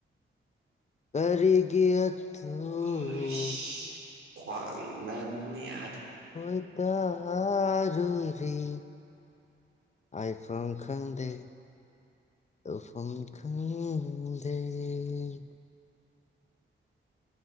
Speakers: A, on the left (about 35°); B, on the right (about 80°).
A: ꯀꯔꯤꯒꯤ ꯑꯊꯨꯈꯣꯏ
B: ꯍꯩꯁ ꯈꯋꯥꯡ ꯅꯕꯅ ꯌꯥ
A: ꯈꯣꯏꯗꯔꯨꯔꯤ ꯍꯥꯏ ꯐꯝ ꯈꯪꯗꯦ ꯄꯨꯡꯈꯪꯗꯦ ꯎꯝ